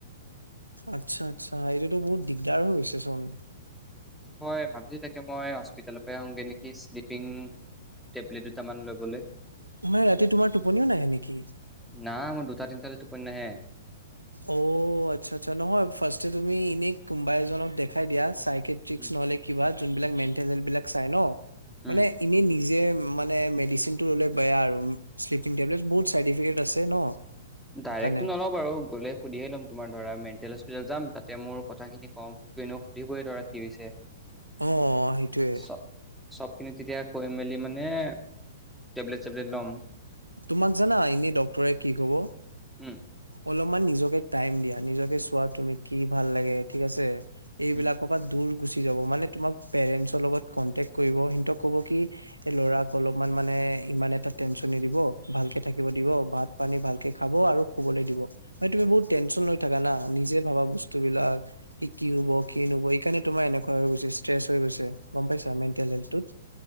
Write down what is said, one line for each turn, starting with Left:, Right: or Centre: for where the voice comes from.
Right: আচ্ছা আচ্ছা, এইটোতো বহুত দিগদাৰ হৈ গৈছে চোন।
Centre: মই ভাবিছোঁ তাকে মই হস্পিটেলৰপ আহোগৈ নেকি শ্লিপিং টেবলেট দুটামান ল'বলৈ।
Right: মানে ৰাতি তোমাৰ টোপনিও নাহে নেকি?
Centre: না মোৰ দুটা তিনটা লৈ টোপনি নাহে।
Right: অ', আচ্ছা আচ্ছা, নহয় ফাৰ্ষ্ট তুমি এনে কোনোবা এজনক দেখাই দিয়া, চাই ইক্ৰেটিক্স
Centre: উম
Right: নহ'লে কিবা যোনাক বিলাক মেণ্টেল হেল্থ বিলাক চাই ন'
Centre: উম।
Right: মানে এনেই নিজে মানে মেডিচিন টো ল'লে বেয়া আৰু শ্লিপিং টেবলেট বহুত চাইডিফেক্ত আছে ন'!
Centre: ডাইৰেক্টটো
Right: সেইকাৰণে
Centre: নলওঁ বাৰু গ'লে সুধিয়ে ল'ম। তোমাৰ ধৰা মেণ্টেল হস্পিতাল যাম, তাতে মোৰ কথাখিনি কম, মোকটো এনেও সুধিবইে ধৰা কি হৈছে।
Right: অ', সেইটোয়ে।
Centre: চব চবখিনি তেতিয়া কৈ মেলি মানে, টেবলেট চেবলেট ল'ম।
Right: তোমাক জানা এনে ডক্তৰে কি ক'ব?
Centre: উম।
Right: অলপমান নিজকে টাইম দিয়া, নিজকে চোৱা, তুমি কি ভাল লাগে ঠিক আছে, এইবিলাকক
Centre: উম
Right: দূৰ গুচি যাব। মানে তোমাক পেৰেন্টৰ লগত কনটেক কৰিব, সিহঁতক ক'ব কি এই ল'ৰাক অলপমান মানে ইমান এটা টেনছন নিদিব, ভালকে থাকিব দিব, বাত পানী ভালকে খাব আৰু শুবলে দিব, মানে তুমি বহুত টেনশচন লৈ থাকা না, নিজে ভাবা বস্তুবিলাক। এ কি হ'ব, কি নহ'ব, এইকাৰণে তোমাৰ এনেকুৱা হৈ গৈছে, ষ্ট্ৰেচ হৈ গৈছে, গ'ম পাইছা মেণ্টেল হেল্থটোত।